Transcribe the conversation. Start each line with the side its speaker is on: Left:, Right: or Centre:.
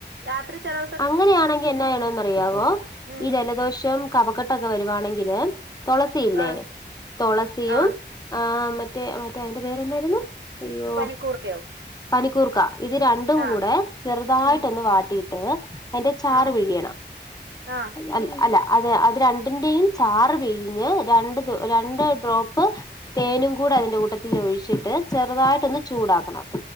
Right: രാത്രി ചെലോസം
Left: അങ്ങനെയാണെങ്കി എനാ എയ്യണമെന്നറിയാവോ
Right: ഉം
Left: ഈ ജലദോഷം കഫ ക്കെട്ടൊക്കെ വരുവാണെങ്കില് തുളസിയില്ലേ
Right: ആഹ്
Left: തുളസിയും
Right: ആഹ്
Left: ആ മറ്റേ മറ്റേ അയ്ൻ്റെ പേര് എന്തായിര്ന്നു അയ്യോ
Right: പനിക്കൂർക്കയോ
Left: പനിക്കൂർക്ക ഇത് രണ്ടും
Right: ആഹ്
Left: കൂടെ ചെറുതായിട്ടൊന്ന്
Right: ഉം
Left: വാട്ടി ട്ട് അയ്ന്റെ ചാറ്
Right: ആഹ്
Left: പിഴിയണം
Right: ആഹ്
Left: അൽ ല്ല അല്ല അതെ അത് രൺ ണ്ട്ന്റെയും ചാറ് പിഴിഞ്ഞ് രണ്ട് ദി രണ്ട് ഡ്രോപ്പ് തേനും കൂടെ അതിന്റ കൂട്ടത്തിൽ ഒഴിച്ചിട്ട് ചെറുതായിട്ടൊന്ന് ചൂടാക്കണം.